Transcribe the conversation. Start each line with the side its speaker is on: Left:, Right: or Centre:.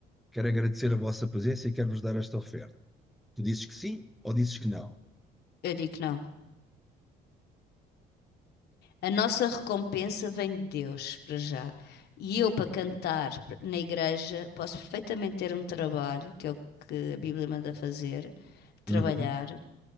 Centre: quero agradecer a vossa presença e quero-vos dar esta oferta. Tu dizes que sim ou dizes que não?
Left: Eu digo que não. A nossa recompensa vem de Deus, para já. E eu, para cantar na igreja, posso perfeitamente ter um trabalho, que é o que a Bíblia manda fazer, trabalhar
Centre: Uhum.